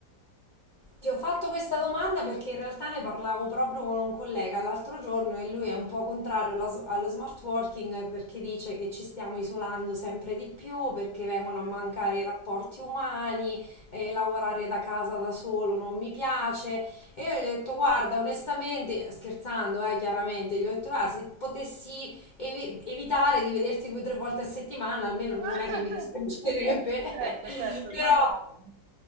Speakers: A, on the left; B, on the right.
A: Ti ho fatto questa domanda perché in realtà ne parlavo proprio con un collega l'altro giorno e lui è un po' contrario alla s- allo smart working perché dice che ci stiamo isolando sempre di più, perché vengono
B: Eh.
A: a mancare i rapporti umani, eh, lavorare da casa da solo non mi piace. E io gli ho detto, guarda, onestamente, scherzando, eh, chiaramente, gli ho detto, "Ah, se potessi evi- evitare di vederti due o tre volte a settimana, almeno non
B: <laughs>
A: è che mi dispiacerebbe,
B: Certo,
A: <laughs>
B: certo,
A: però
B: no, no,